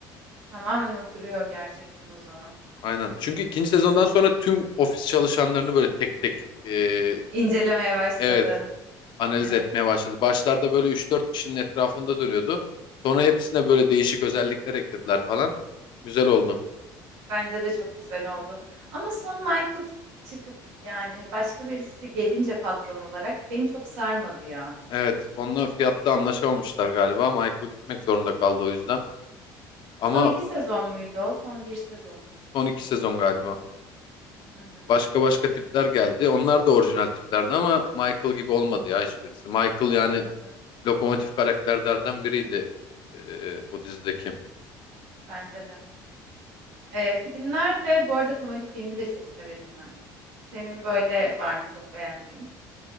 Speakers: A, on the right (about 80°); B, on the left (about 55°).
A: tamamen oturuyor gerçekten o zaman.
B: Aynen. Çünkü ikinci sezondan sonra tüm ofis çalışanlarını böyle tek tek e,
A: İncelemeye başladı.
B: evet analiz
A: Evet,
B: etmeye başladı. Başlarda böyle üç dört kişinin etrafında dönüyordu. Sonra hepsine böyle değişik özellikler eklediler falan. Güzel oldu.
A: bence de çok güzel oldu. Ama son Michael çıkıp yani başka birisi gelince patron olarak beni çok sarmadı ya.
B: Evet, onunla fiyatta anlaşamamışlar galiba. Michael gitmek zorunda kaldı o yüzden. Ama
A: Son iki sezon muydu o? Son bir sezon muydu?
B: son iki sezon galiba.
A: Hı hı.
B: başka başka tipler geldi. Onlar da orijinal tiplerdi ama Michael gibi olmadı ya hiçbirisi. Michael
A: Olmadı.
B: yani lokomotif karakterlerden biriydi e, o dizideki.
A: Bence de. Ee, filmlerle bu arada komedi filmi de çok severim ben. Senin böyle var mı çok beğendiğin?